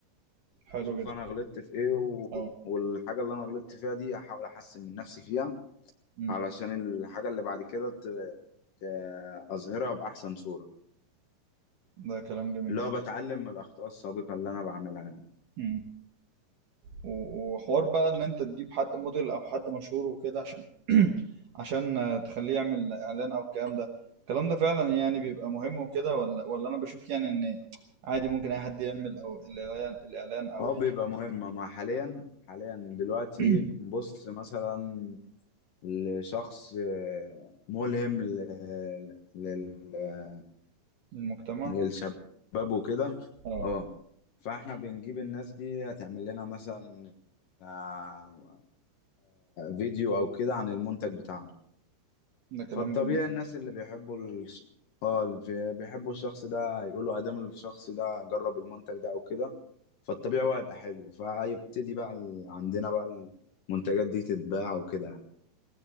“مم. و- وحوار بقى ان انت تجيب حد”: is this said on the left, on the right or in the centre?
Right